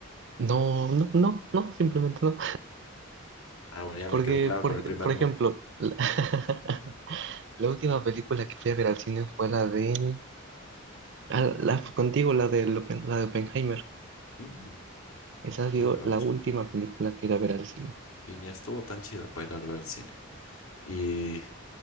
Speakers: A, on the right (about 60°); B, on the left (about 85°).
A: no, no, no, no, simplemente no.
B: Ah, bueno, ya me
A: Porque,
B: quedó claro
A: por,
B: con el primer
A: por ejemplo,
B: no.
A: la, <laughs> la última película que fui a ver al cine fue la de... ah, la, contigo, la de, la de Oppenheimer.
B: Mm.
A: Esa ha sido
B: Ingato.
A: la última película que iba a ver al cine.
B: y ni estuvo tan chida para ir a ver al cine. Y